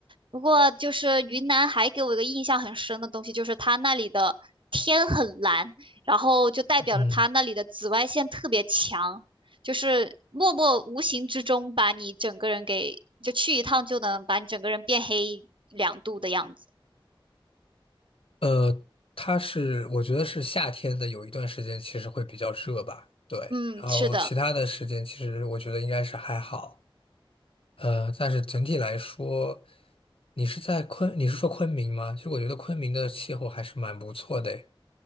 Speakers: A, on the right; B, on the left.
A: 不过就是云南还给我一个印象很深的东西，就是它那里的天很蓝，然后就代表着它那里的紫外线特别强，
B: 嗯，
A: 就是默默无形之中把你整个人给，就去一趟就能把你整个人变黑两度的样子。
B: 呃，它是我觉得是夏天的有一段时间其实会比较热吧，对，
A: 嗯，
B: 然后其他的时间其实我觉得应该是还好，
A: 是的。
B: 呃，但是整体来说，你是在昆，你是说昆明吗？其实我觉得昆明的气候还是蛮不错的诶